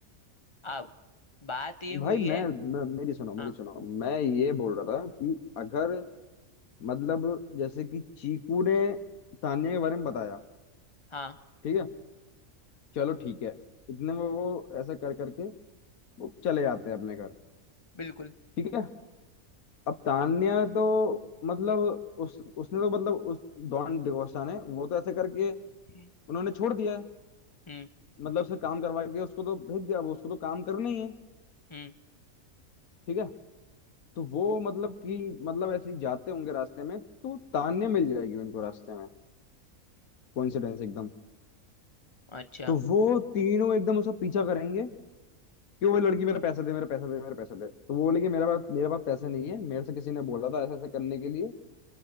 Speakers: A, on the left (about 30°); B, on the left (about 80°).
A: अब बात ये
B: भाई
A: हुई
B: मैं,
A: है
B: मैं मेरी सुनो मेरी
A: हाँ
B: सुनो मैं ये बोल रहा था कि अगर मतलब जैसे कि चीकू ने तान्या के बारे में बताया
A: हाँ
B: ठीक है चलो ठीक है इतने में वो ऐसे कर करके वो चले जाते हैं अपने घर
A: बिल्कुल
B: ठीक है अब तान्या तो मतलब उस उसने तो मतलब उस डॉन डिगोस्टा ने वो तो ऐसे करके
A: हम्म।
B: उन्होंने छोड़ दिया है
A: हम्म
B: मतलब उससे काम करवा के उसको तो भेज दिया अब उसको तो काम करना ही है
A: हम्म
B: ठीक है तो वो मतलब कि मतलब ऐसे ही जाते होंगे रास्ते में तो तान्या मिल जाएगी उनको रास्ते में कोइंसिडेंस एकदम
A: अच्छा
B: तो वो तीनों एकदम उसका पीछा करेंगे कि वो लड़की मेरा पैसा दे मेरा पैसा दे मेरा पैसा दे तो वो बोलेगी मेरा पास मेरे पास पैसे नहीं है मेरे से किसी ने बोला था ऐसा ऐसा करने के लिए